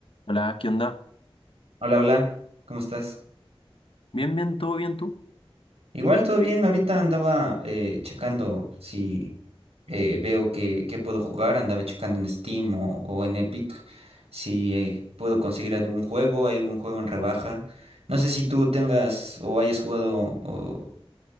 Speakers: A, on the left; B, on the right.
A: Hola, ¿qué onda?
B: Hola, hola, ¿cómo estás?
A: Bien, bien, todo bien tú.
B: Igual todo bien, ahorita andaba eh, checando si eh, veo que, que puedo jugar, andaba checando en Steam o, o en Epic si eh, puedo conseguir algún juego, hay algún juego en rebaja. No sé si tú tengas o hayas jugado o,